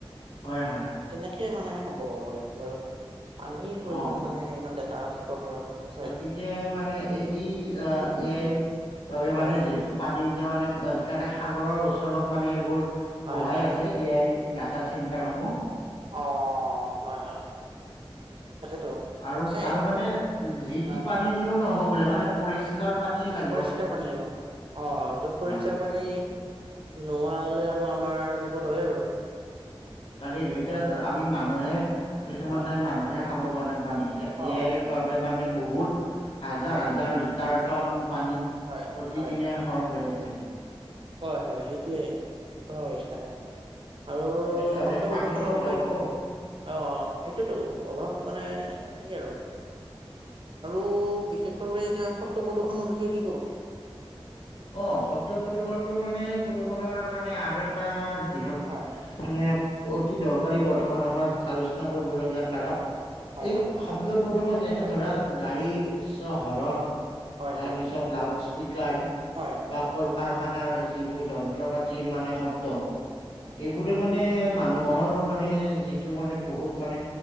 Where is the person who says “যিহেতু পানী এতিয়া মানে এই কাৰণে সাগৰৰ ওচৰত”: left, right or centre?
Left